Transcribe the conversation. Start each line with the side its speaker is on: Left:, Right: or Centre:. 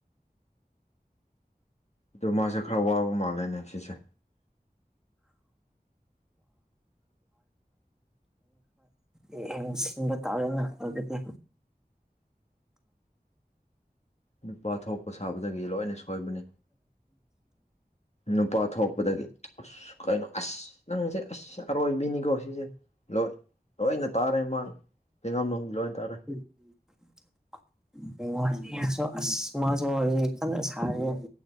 Left: ꯑꯗꯨ ꯃꯥꯁꯦ ꯈꯔ ꯋꯥꯕ ꯃꯥꯜꯂꯦꯅꯦ ꯁꯤꯁꯦ
Centre: <inaudible> ꯌꯦꯡꯁꯤꯟꯕ ꯇꯥꯔꯦꯅ ꯑꯗꯨꯗꯤ
Left: ꯅꯨꯄꯥ ꯊꯣꯛꯄ ꯁꯥꯕꯗꯒꯤ ꯂꯣꯏꯅ ꯁꯣꯏꯕꯅꯦ ꯅꯨꯄꯥ ꯊꯣꯛꯄꯗꯒꯤ ꯑꯁ ꯀꯩꯅꯣ ꯑꯁ ꯅꯪꯁꯦ ꯑꯁ ꯑꯔꯣꯏꯕꯤꯅꯤꯀꯣ ꯁꯤꯁꯦ ꯂꯣꯏ ꯂꯣꯏꯅ ꯇꯥꯔꯦ ꯃꯥ ꯂꯩꯉꯝꯂꯣꯡꯕꯤ ꯂꯣꯏꯅ ꯇꯥꯔꯦ
Centre: <unintelligible> <unintelligible> ꯃꯥꯁꯨ <inaudible> ꯀꯟꯅꯥ ꯁꯔꯦ